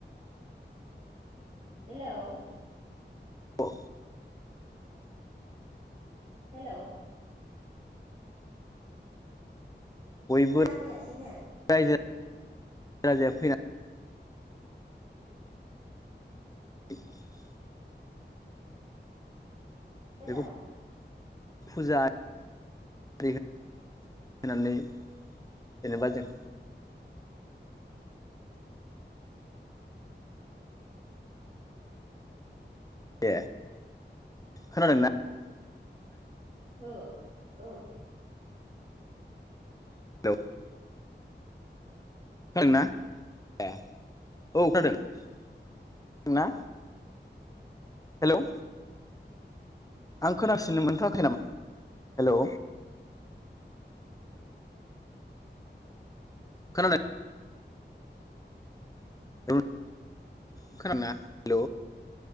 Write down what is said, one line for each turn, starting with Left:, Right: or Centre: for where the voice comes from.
Right: हेल'
Left: द
Right: हेल'
Left: बयबो
Right: खोनाफैयासैनो।
Left: रायजो राजाया फैनानै <inaudible>
Right: हेल'
Left: बेखौ फुजा होनानै जेनेबा जों ए खोनादोंना?
Right: हो औ।
Left: <inaudible> खोनादोंना ए औ खोनादों खोनादोंना? हेलौ आं खोनासिननो मोनथ'वाखै नामा? हेलौ खोनादों <inaudible>